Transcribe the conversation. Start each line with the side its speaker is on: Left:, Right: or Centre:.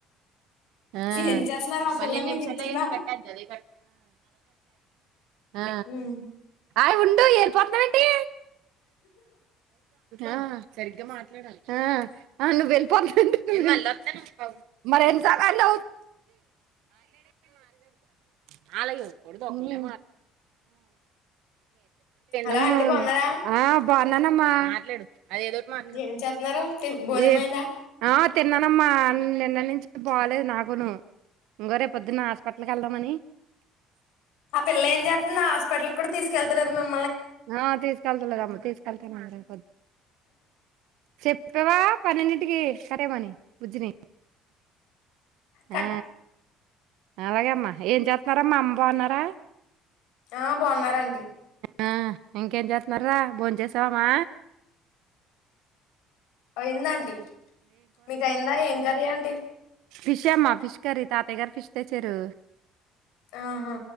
Right: ఆ
Left: ఏం చేస్తున్నారు ఆ
Right: పన్నెండు
Left: పిల్ల మీకు
Right: నిమిషాల
Left: ఇచ్చిందా
Right: ఏ కట్టా అది ఆ <inaudible> అ
Left: ఉమ్
Right: అయ్ ఉండు అలిపోతునవు ఏటి ఆ సరిగ్గా మాట్లాడాలి ఆ ఆ నువ్వు వెళ్ళిపోతుం యు మలి ఓతను మార్ అతుర్ మాట్ట్ ఆ బుజ్జి
Left: హలో
Right: ఆ
Left: ఆంటీ బాగున్నారా
Right: ఆహా బాగున్నానమ్మా మాట్లాడు అది ఏదోటి మాట్లాడు
Left: ఏం చేతన్నారో భోజనంఅయిందా
Right: ఏ ఆ తిన్నానమ్మా నిన్న నుంచి బాలేదు నాకును ఇంగో రే పొద్దున్న హాస్పిట్ల్కి వెళ్దామని
Left: ఆ పిల్ల ఏం చేస్థాంది ఆస్పిటల్కి కూడా తీసుకెళ్తలేదు మీమ్
Right: నా తీస్ కేల్తలేదమ్మ తీస్ కల్తమన్లే చెప్పవా పన్నెండి కరమని వచ్చినయి
Left: కట్
Right: ఆ అలాగేమ్మా ఏం చేస్తన్నారామ్మ అమ్మ బా వున్నారా
Left: ఆ బావున్నారండి
Right: ఆ ఇంకేం చేస్తున్నారా భోన్ చేసావామా
Left: అయిందా అంటీ మీక్ అయిందా ఏం కరీ అంటీ
Right: ఫిష్ అమ్మా ఫిష్ కర్రీ తాతయ్య గారు ఫిష్ తెచ్చారు
Left: ఆహా